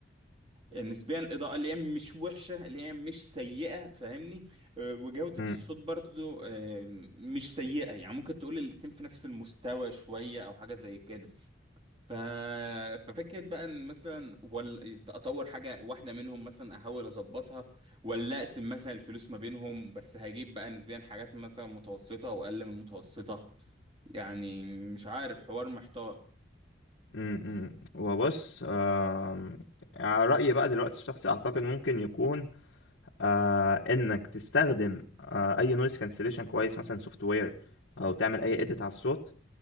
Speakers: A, on the right; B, on the left.
A: نسبيا الاضاءه اللي هي مش وحشه اللي هي مش سيئه فاهمني آه، وجوده
B: مم،
A: الصوت برضو آه، مش سيئه يعني ممكن تقول الاتنين في نفس المستوى شويه او حاجه زي كده ف... ففكرة بقى ان مثلا ولا اطور حاجة واحدة منهم مثلا احاول اظبطها ولا اقسم مثلا الفلوس ما بينهم بس هجيب بقى نسبيا حاجات مثلا متوسطة واقل من المتوسطة يعني مش عارف حوار محتار
B: مم، مم. وبص آم، على رأيي بقى دلوقتي الشخصي اعتقد ممكن يكون آه انك تستخدم آه اي نويز كانسليشن كويس مثلا سوفت وير او تعمل اي اديت على الصوت